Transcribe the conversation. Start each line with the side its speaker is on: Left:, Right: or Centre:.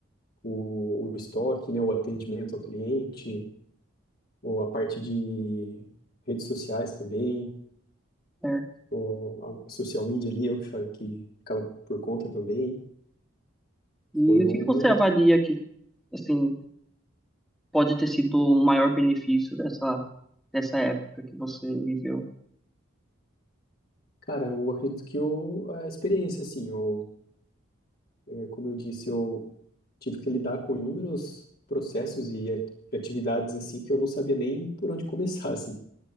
Left: O, o estoque, né? O atendimento ao cliente, ou a parte de redes sociais também,
Centre: Certo.
Left: o, a social media ali, eu que, fa- que ficava por conta também,
Centre: E
Left: foi
Centre: o
Left: um,
Centre: que que você avalia que, assim, pode ter sido o maior benefício dessa, dessa época que você viveu?
Left: cara, eu acredito que eu, a experiência, assim, eu, é, como eu disse, eu tive que lidar com inúmeros processos e a- e atividades, assim, que eu não sabia nem por onde começar, <laughs> assim.